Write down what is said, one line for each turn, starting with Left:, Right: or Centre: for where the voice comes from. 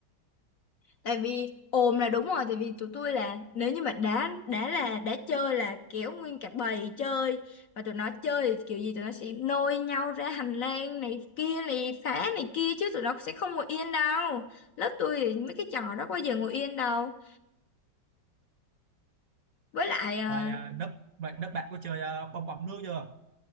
Left: tại vì ồn là đúng rồi tại vì tụi tôi là nếu như mà đã đã là đã chơi là kéo nguyên cả bầy chơi và tụi nó chơi thì kiểu gì tụi nó sẽ nôi nhau ra hành lang này kia này phá này kia chứ tụi nó sẽ không ngồi yên đâu lớp tôi thì mấy cái trò đó bao giờ ngồi yên đâu với lại à,
Right: vậy à, lớp vậy lớp bạn có chơi à, bong bóng nước chưa